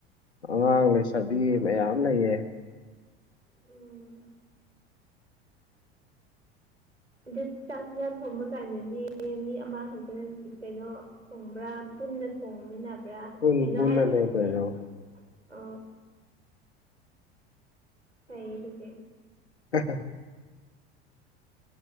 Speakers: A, on the left (about 80°); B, on the right (about 85°).
A: ꯑꯉꯥꯡ ꯂꯩꯁꯕꯤ
B: ꯎꯝ
A: ꯃꯌꯥꯝ ꯂꯩꯌꯦ
B: ꯎꯝ ꯑꯗꯨ ꯆꯥꯛ ꯏꯟꯖꯥꯡ ꯊꯣꯡꯕ ꯀꯥꯟꯗꯗꯤ ꯃꯤ ꯑꯃ ꯈꯛꯇꯅꯤ ꯀꯩꯅꯣ ꯊꯣꯡꯕ꯭ꯔꯥ ꯄꯨꯟꯅ ꯊꯣꯡꯃꯤꯟꯅꯕ꯭ꯔꯥ
A: ꯄꯨꯟ
B: ꯀꯩꯅꯣ
A: ꯄꯨꯟꯅꯅꯦ
B: ꯍꯥꯏꯌꯨ
A: ꯀꯩꯅꯣ
B: ꯍꯥꯏꯌꯨ ꯑ ꯄꯩ ꯑꯗꯨꯗꯤ
A: ꯍ ꯍ